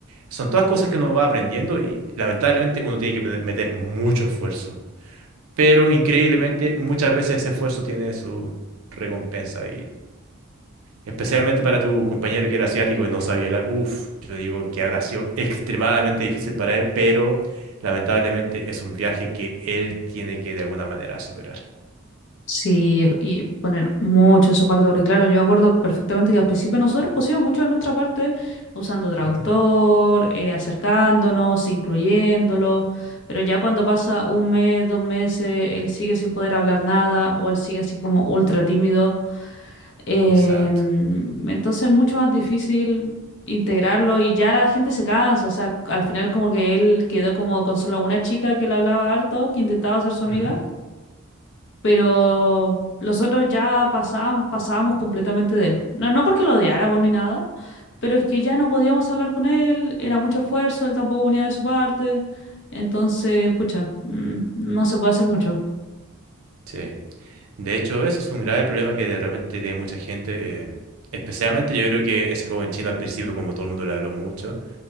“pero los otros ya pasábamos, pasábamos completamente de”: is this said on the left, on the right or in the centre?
Left